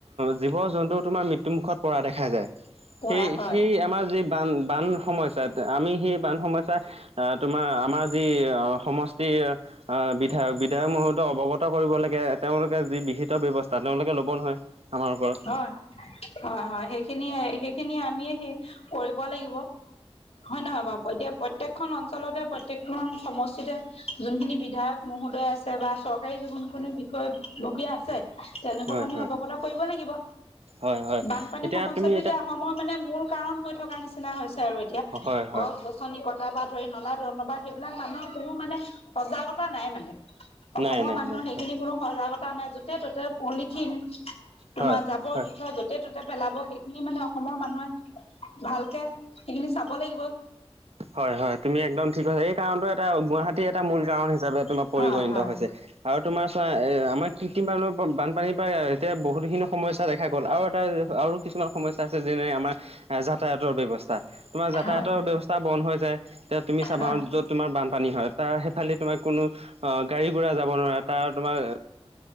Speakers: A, on the right (about 75°); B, on the left (about 80°).
A: জীৱ জন্তু তোমাৰ মৃত্যুমুখত পৰা দেখা যায়।
B: পৰা
A: সেই
B: হয়
A: - সেই আমাৰ যি বান - বান সমস্যা আমি সেই বান সমস্যা আহ তোমাৰ আমাৰ যি সমষ্টিৰ আহ বিধায়ক বিধায়ক মহোদয় অৱগত কৰিবলৈকে তেওঁলোকে যি বিহিত ব্যৱস্থা তেওঁলোকে ল'ব নহয়। আমাৰ পৰা
B: হয়-হয়-হয় সেইখিনি-সেইখিনি আমিয়ে সেই কৰিব লাগিব। হয় নহয় বাৰু এতিয়া প্ৰত্যেকখন অঞ্চলতে প্ৰত্যেকখন সমষ্টিতে যোনখিনি বিধায়ক মহোদয় আছে বা চৰকাৰী যোনখিনিৰ বিষয়ববীয়া আছে। তেওঁলোকক
A: হয়
B: আমি
A: হয়
B: অবগত কৰিব লাগিব
A: হয় হয়
B: বানপানীৰ
A: এতিয়া
B: সমস্যাটো
A: তুমি
B: এতিয়া অসমত মানে মূল কাৰণ হৈ থকা নিচিনা হৈছে আৰু এতিয়া
A: হয় হয়
B: গছ নি কটা বা ধৰি নলা ধনবা সেইবিলাক মানুহৰ কোনো মানে সজাগতা নাই মানে। অসমৰ
A: নাই নাই
B: মানুহৰ
A: নাই
B: সেইখিনি
A: হয়
B: কোনো সজাগতা নাই য'তে ত'তে পলিথিন তোমাৰ
A: হয়
B: যাব
A: হয়
B: জোথৰ য'তে - ততে পেলাব সেইখিনি মানে অসমৰ মানুহে ভালকে সেইখিনি চাব লাগিব।
A: হয় - হয় তুমি একদম ঠিক কৈছা এই কাৰণটো এটা গুৱাহাটীৰ এটা মূল কাৰণ হিচাপে তোমাৰ
B: হয়
A: পৰিগণিত
B: হয়
A: হৈছে। আৰু তোমাৰ আমাৰ কৃত্ৰিমফালৰ পৰা বানপানীৰ পৰা এতিয়া বহুতখিনি সমস্যা দেখা গ'ল আৰু এটা আৰু কিছুমান সমস্যা আছে যেনে আমাৰ যাতায়াতৰ ব্যৱস্থা তোমাৰ যাতায়াতৰ
B: হয়
A: ব্যৱস্থা বন্ধ হৈ যায় তেতিয়া তুমি চাবা
B: হয়
A: য'ত তোমাৰ বানপানী হয় তাৰ সেইফালে তোমাৰ কোনো অ, গাড়ী ঘোৰা যাব নোৱাৰে তাৰ তোমাৰ